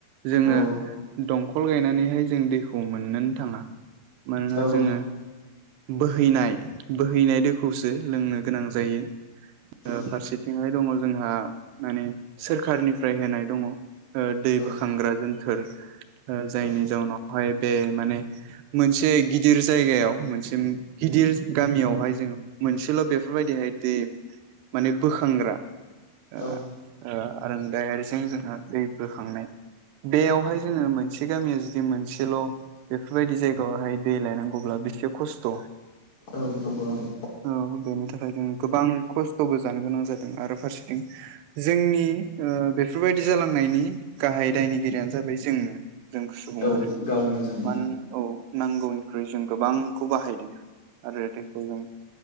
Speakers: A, on the right (about 85°); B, on the left (about 35°).
A: जोङो
B: औ
A: दंखल गायनानैहाय जों दैखौ मोननोन थाङा। मानोना
B: औ
A: जोङो
B: नं
A: बोहैनाय बोहैनाय दैखौसो लोंनो गोनां जायो।
B: औ
A: ओ फारसेथिंहाय दङ जोंहा माने सोरखारनिफ्राय होनाय दङ। ओ दै
B: औ
A: बोखांग्रा जोनथोर ओ जायनि
B: औ
A: जाउनाव खौहाय बे माने मोनसे गिदिर जायगायाव मोनसे गिदिर गामियावहाय जों मोनसेल' बेफोरबायदिहाय दे माने बोखांग्रा आ
B: औ
A: आ आरोन <unintelligible> जोंहा दै बोखांनाय बेयावहाय जोंङो मोनसे गामिया जुदि मोन सेल' बेफोरबायदि जायगायावहाय दै लायनांगौब्ला बेसे खस्थ'
B: औ नंगौ नंगौ
A: औ बेनि थाखाय जों गोबां खस्थ'बो जानो गोनां जादों आरो फारसेथिं जोंनि ओ बेफोरबायदि जालांनायनि गाहाय दायनिगिरियानो जाबाय जोंनो जों सुबुङानो
B: औ
A: आरो।
B: गावनो जों
A: मानोन औ नांगौनिख्रुइ जों गोबांखौ बाहायदों आरो दे खौ जों